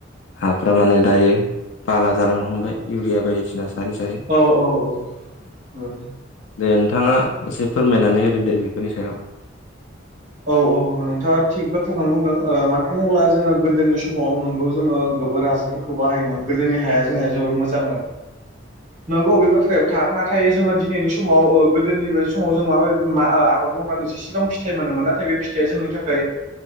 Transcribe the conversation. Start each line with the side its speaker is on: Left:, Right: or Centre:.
Left: हाफ्रा माने दायो बाला जालांनो हमबाय इउरिया बायदिसिना सारै सारै
Right: औ औ औ ओं
Left: दे नोंथाङा एसे फोरमायनानै होदो दे बेफोरनि सायाव
Right: औ औ औ नोंथाङा थिग बाथ्राखौनो बुंदों ओ मानो होमब्ला जोंङो गोदोनि स माव नोंगौ जोंङो गोबोर हासारफोरखौ बाहायोमोन गोदोनि हाया जोंनिया जोबोर मोजांमोन नोंगौ बे बाथ्रायाबो थार नाथाय जोंङो दिनैनि समाव ओ गोदोनि बाय समाव जों माबाय मा आ आबाद मावनानै जेसेबां फिथाइ मोनोमोन ना थाय बे फिथाया जोंनि थाखाय